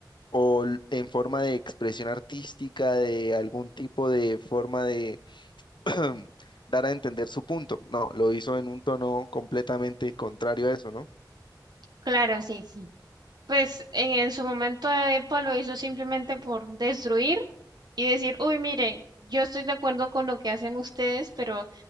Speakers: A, on the left (about 80°); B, on the right (about 65°).
A: o l- en forma de expresión artística, de algún tipo de forma de <clears throat> dar a entender su punto. No, lo hizo en un tono completamente contrario a eso, ¿no?
B: Claro, sí, sí. Pues en, en su momento eh, EPA lo hizo simplemente por destruir y decir, uy, miren, yo estoy de acuerdo con lo que hacen ustedes, pero